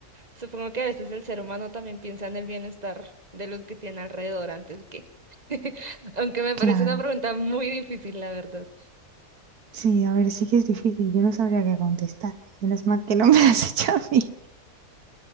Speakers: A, on the right (about 30°); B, on the right (about 80°).
A: Supongo que a veces el ser humano también piensa en el bienestar de los que tiene alrededor antes que. <laughs> Aunque me parece
B: Claro.
A: una pregunta muy difícil, la verdad.
B: Sí, a ver, sí que es difícil. Yo no sabría qué contestar. Menos mal que no me <laughs> lo has hecho a mí.